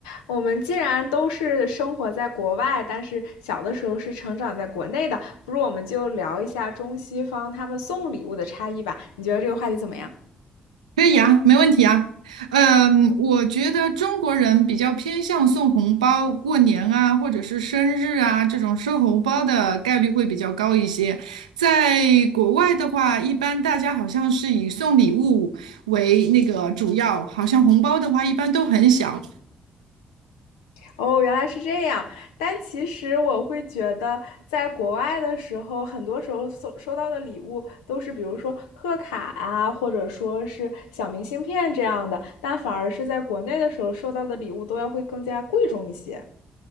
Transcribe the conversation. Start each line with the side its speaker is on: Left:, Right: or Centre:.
Left: 我们既然都是生活在国外，但是小的时候是成长在国内的，不如我们就聊一下中西方他们送礼物的差异吧？你觉得这个话题怎么样？
Right: 可以啊，没问题啊。嗯，我觉得中国人比较偏向送红包，过年啊，或者是生日啊，这种收红包的概率会比较高一些。在国外的话，一般大家好像是以送礼物为那个主要，好像红包的话一般都很小，
Left: 哦，原来是这样。但其实我会觉得，在国外的时候，很多时候收收到的礼物都是，比如说贺卡啊，或者说是小明信片这样的，但反而是在国内的时候收到的礼物都要会更加贵重一些。